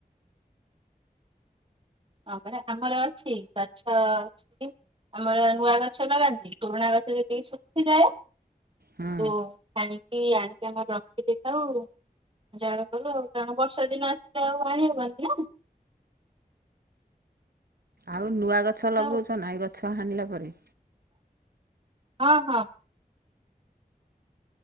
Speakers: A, on the right; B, on the right.
A: ହଁ ପରା ଆମର ଅଛି ଗଛ ଅଛି ଆମର ନୂଆ ଗଛ ଲଗାନ୍ତି, ପୁରୁଣା ଗଛରେ ଟିକେ ଶୁଖିଯାଏ ତ
B: ହୁଁ
A: ହାଣିକି ଆଣିକି ଆମର ରଖି ଦେଇଥାାଉ ଜାଳ କରୁ ଆଉ, କାରଣ ବର୍ଷା ଦିନ ଆସିଲେ ଆଉ ଆଣି ହବନି ନା।
B: ଆଉ ନୂଆ ଗଛ ଲଗଉଛ
A: ଆଉ
B: ନା ଏ ଗଛ ତ ହାଣିଲା ପରେ।
A: ହଁ, ହଁ।